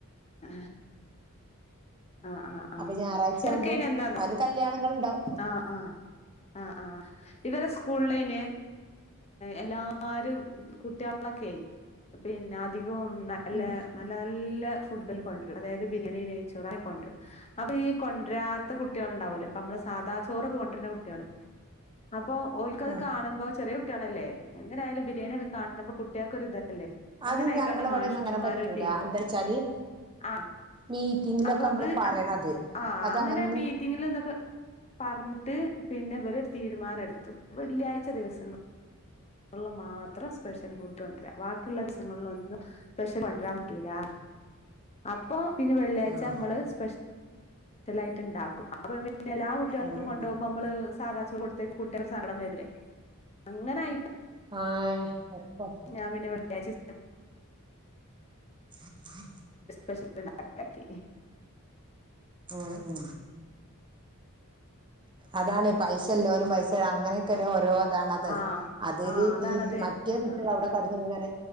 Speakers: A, on the left (about 30°); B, on the right (about 20°).
A: ആ ആ ആഹ് ആഹ്
B: അപ്പൊ ഞായറാഴ്ച
A: ചെറക്കയിന
B: ആവുമ്പോ
A: എന്താന്നോ
B: അതില് കല്യാണങ്ങൾ ഉണ്ടാവും
A: ആഹ് ആ ആഹ് ആഹ് ഇവരെ സ്- സ്കൂളിന് എല്ലാരും കുട്ടികളൊക്കെയി പിന്നെ അധികവും നല്ല
B: ഉം ഉം
A: നല്ല നല്ല ഫുഡ് കൊണ്ട് വരും അതായത് ബിരിയാണിേ നെയ്ച്ചോറ കൊണ്ടരും അപ്പൊ ഈ കൊണ്ടരാത്ത കുട്ടികൾ ഉണ്ടാവലോ ഇപ്പൊ നമ്മള് സാധാ ചോറൊക്കെ കൊണ്ടുവരുന്ന കുട്ടികള് <unintelligible> ഇപ്പൊ ഓൽക്കത്
B: ഉം
A: കാണുമ്പോ ചെറിയ കുട്ടികളല്ലേ എങ്ങനെയായാലും ബിരിയാണിയൊക്കെ കാണുമ്പോ കുട്ടൾക്ക് ഒരു ഇതല്ലേ അല്ലെ അങ്ങനെ
B: അത്
A: ആയിക്കാണ്
B: ഞങ്ങളവിടെന്നും
A: മാഷിമാരൊരു
B: അങ്ങനെ പറ്റൂല
A: തീരു
B: എന്താ വെച്ചാല്
A: ആ
B: മീറ്റിങ്ങിലൊക്കെ
A: അപ്പൊ അത്
B: നമ്മള് പറയണത്
A: അങ്ങ ആ
B: അതങ്ങനൊന്നും
A: അങ്ങനെ മീറ്റിങ്ങില് ഇതൊക്കെ പറഞ്ഞിട്ട് പിന്നെ ഇവറരു തീരുമാനം എടുത്തു വെള്ളിയാഴ്ച ദിവസങ്ങൾ കൊള്ള മാ ഇത്ര സ്പെഷ്യൽ ഫുഡ് കൊണ്ടുവരാ ബാക്കിയുള്ള ദിവസങ്ങളില ഒന്നും സ്പെഷ്യൽ കൊണ്ടുവരാൻ പറ്റൂല അപ്പൊ പിന്നെ വെള്ളിയാഴ്ച
B: ആഹ്
A: നമ്മള് സ്പെ്പലായിട്ട് ഉണ്ടാക്കും പിന്നെ എല്ലാ കുട്ടികളക്കും
B: ആഹ്
A: കൊണ്ട പോോക്പോ നമ്മള് സാധാച്ച കൊടുത്തേക്ക് കുട്ടികർ സങ്കടം വരല്ലേ അങ്ങനെ ആയി
B: ആഹ് ഉറപ്പാ
A: ഞാൻ പിന്നെ വിെള്ളിയാ
B: ചർ ാ <unintelligible>
A: പശിലാക്കി
B: ഉം ഉ അതാണ് പൈസല്ലോരും പൈസ അങ്ങനെയൊക്കെ ഓരോ അതണതെ
A: ആഹ്
B: അതില്
A: ആഹ് അതാണത്
B: ഈ മറ്റേ കുട്ടികൾ
A: ആഹ്
B: അവിടെ കടന്ന ഇങ്ങനെ